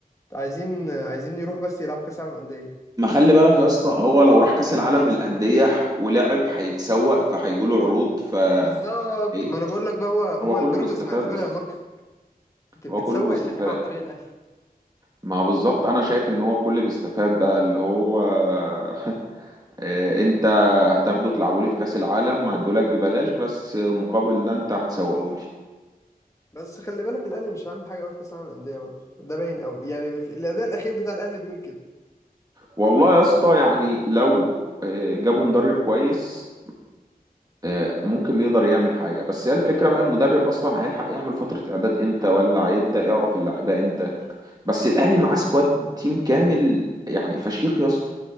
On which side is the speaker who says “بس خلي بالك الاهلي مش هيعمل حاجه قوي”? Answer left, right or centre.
Left